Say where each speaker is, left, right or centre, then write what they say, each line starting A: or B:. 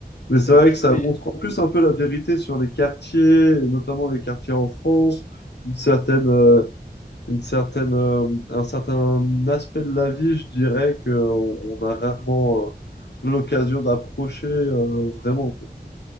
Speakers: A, on the left; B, on the left.
A: Mais c'est
B: Donc,
A: vrai
B: tu
A: que ça
B: peux. y-
A: montre en plus un peu la vérité sur les quartiers, et notamment les quartiers en France, une certaine, euh, une certaine, euh, un certain aspect de la vie, je dirais, que on on a rarement euh, l'occasion d'approcher euh, vraiment, quoi.